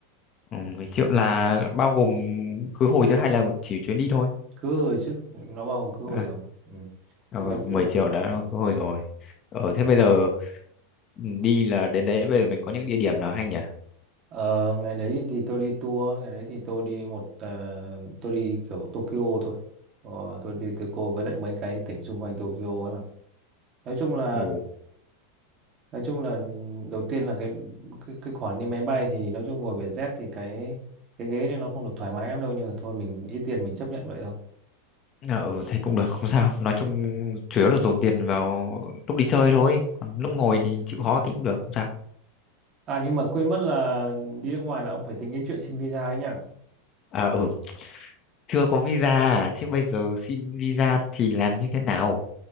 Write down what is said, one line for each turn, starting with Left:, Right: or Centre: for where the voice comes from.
Left: Ừ, 10 triệu là bao gồm khứ hồi chứ hay là một chỉ chuyến đi thôi?
Right: cứ rồi chứ nó bao gồm cứ rồi
Left: À,
Right: rồi ừ.
Left: ờ,
Right: nhưng nói
Left: 10
Right: chung
Left: triệu đã khứ hồi rồi. Ờ, thế bây giờ ừ, đi là đến đấy bây giờ mình có những địa điểm nào hay nhỉ?
Right: ờ, ngày đấy thì tôi đi tour ngày đấy thì tôi đi một ờ, tôi đi kiểu Tokyo thôi Ờ, tôi đi Tokyo với lại mấy cái tỉnh xung quanh Tokyo ấy nói chung là
Left: Ừ,
Right: nói chung là đầu tiên là cái cái cái khoản đi máy bay thì nói chung ngồi Vietjet thì cái cái ghế này nó không được thoải mái lắm đâu nhưng mà thôi mình ít tiền mình chấp nhận vậy thôi
Left: ừ thế cũng được, không sao. Nói chung chủ yếu là dồn tiền vào lúc đi chơi thôi. Còn lúc ngồi thì chịu khó thì cũng được, không sao.
Right: à nhưng mà quên mất là đi nước ngoài là ông phải tính đến chuyện xin visa đấy nhá
Left: À ừ, chưa có visa à? Thế bây giờ xin visa thì làm như thế nào?